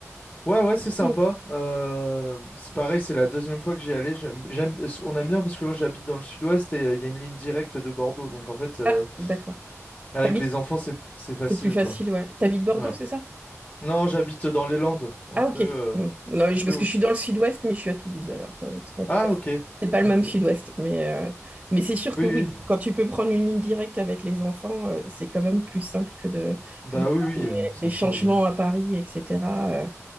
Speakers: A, on the left (about 30°); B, on the right (about 20°).
A: Ouais, ouais, c'est sympa.
B: Mm.
A: Euh, c'est pareil, c'est la deuxième fois que j'y allais. J'aime, j'aime- on aime bien parce que moi j'habite dans le sud-ouest et euh, il y a une ligne directe de Bordeaux. Donc en fait, euh,
B: Ah, d'accord.
A: avec
B: T'habites,
A: les enfants, c'est c'est facile,
B: c'est plus facile,
A: quoi.
B: ouais. T'habites Bordeaux,
A: Ouais.
B: c'est ça?
A: Non, j'habite dans les Landes, un
B: Ah,
A: peu,
B: ok.
A: euh,
B: Hmm. Non, je-
A: un peu
B: parce
A: au,
B: que je suis dans le sud-ouest, mais je suis à Toulouse, alors. euh, donc, c'est pas tout
A: Ah,
B: à fait.
A: ok.
B: C'est pas le
A: Ok.
B: même sud-ouest, mais, euh, mais c'est sûr
A: Oui,
B: que oui.
A: oui.
B: Quand tu peux prendre une ligne directe avec les enfants, euh, c'est quand même plus simple que de,
A: Bah
B: que de faire
A: oui, oui,
B: des,
A: euh, ça
B: des changements
A: change.
B: à Paris, etc. euh,